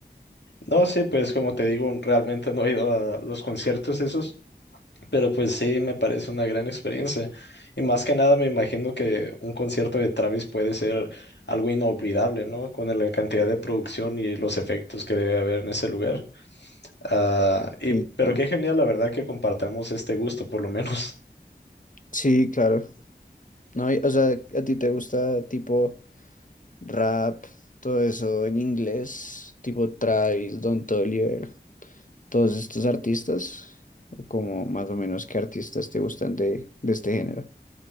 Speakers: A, on the left; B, on the left.
A: No, sí, pues como te digo, realmente no he ido a los conciertos esos, Pero pues sí, me parece una gran experiencia. Y más que nada me imagino que un concierto de Travis puede ser algo inolvidable, ¿no? Con la cantidad de producción y los efectos que debe haber en ese lugar. Ah, y,
B: Sí,
A: pero
B: claro.
A: qué genial, la verdad, que compartamos este gusto, por lo menos. <laughs>
B: Sí, claro. No, y- o sea, ¿a ti te gusta tipo rap, todo eso en inglés, tipo Travis, Don Toliver, todos estos artistas? ¿O como más o menos qué artistas te gustan de, de este género?